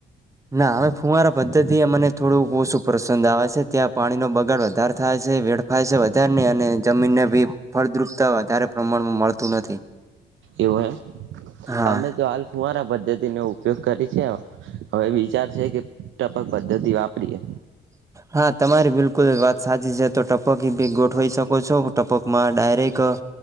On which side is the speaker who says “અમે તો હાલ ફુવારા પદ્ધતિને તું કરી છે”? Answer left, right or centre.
Right